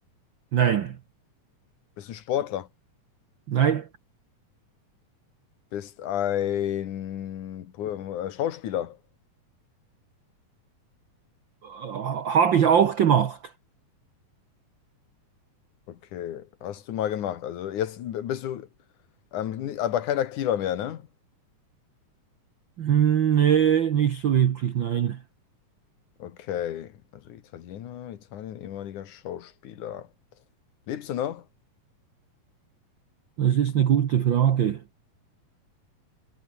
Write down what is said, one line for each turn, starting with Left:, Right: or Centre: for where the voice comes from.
Right: Nein.
Left: bist ein Sportler,
Right: Nein.
Left: bist ein Pro- äh, Schauspieler.
Right: Äh, Habe ich auch gemacht.
Left: Okay, hast du mal gemacht. Also jetzt bist du, ähm, ni- aber kein Aktiver mehr, ne?
Right: Hm, Nee, nicht so wirklich, nein.
Left: Okay, also Italiener, Italien, ehemaliger Schauspieler. Lebst du noch?
Right: Das ist eine gute Frage.